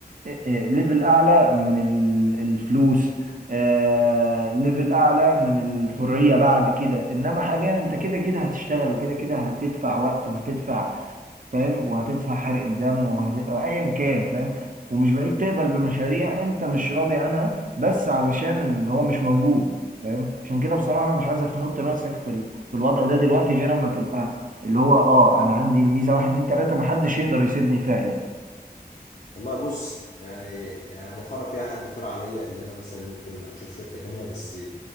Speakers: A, on the right; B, on the left.
A: اه، اه، ليفل اعلى من ال- الفلوس اه، ليفل اعلى من الحرية بعد كده انما حاليا انت كده كده هتشتغل وكده كده هتدفع وقت وهتدفع فاهم وهتدفع حرق الدم وهت... أو ايا كان فاهم ومش بعيد تقبل بمشاريع انت مش راضي عنها بس علشان ان هو مش موجود فاهم عشان كده بصراحة انا مش عايزك تحط نفسك في ال... في الوضع ده دلوقتي غير اما تبقى اللي هو اه انا عندي ميزة واحد اتنين تلاتة محدش يقدر يسيبني فعلا
B: والله بص يعني يعني مؤخرا كده حد اقترح عليا اللي انا مثلا ممكن اشوف شركه تانية بس